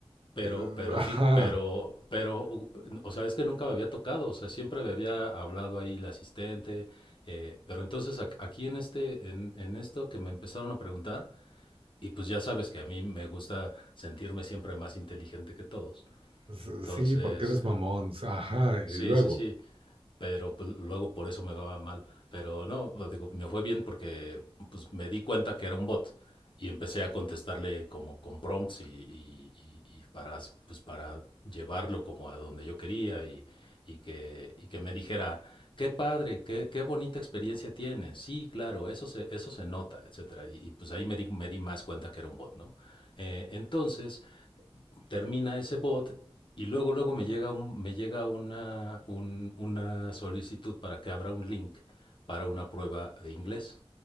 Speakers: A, on the left (about 60°); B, on the right (about 70°).
A: pero,
B: Eh,
A: pero,
B: Ajá.
A: fij- pero, pero, u- o sea, es que nunca me había tocado, o sea, siempre me había hablado ahí la asistente, eh, pero entonces ac- aquí en este, en, en esto que me empezaron a preguntar, y pues ya sabes que a mí me gusta sentirme siempre más inteligente que todos.
B: S-
A: Entonces,
B: Sí, porque eres mamón. Ajá, y
A: Sí,
B: luego.
A: sí, sí. Pero pues, luego por eso me va mal. Pero no, lo digo, me fue bien porque pues, me di cuenta que era un bot y empecé a contestarle como con prompts y, y- y- y para, pues, para llevarlo como a donde yo quería y, y que, y que me dijera, qué padre, qué, qué bonita experiencia tienes. Sí, claro, eso se, eso se nota, etcétera. Y, y, pues ahí me di, me di más cuenta que era un bot, ¿no? Eh, entonces, termina ese bot y luego, luego me llega, un- me llega una, un- una solicitud para que abra un link para una prueba de inglés.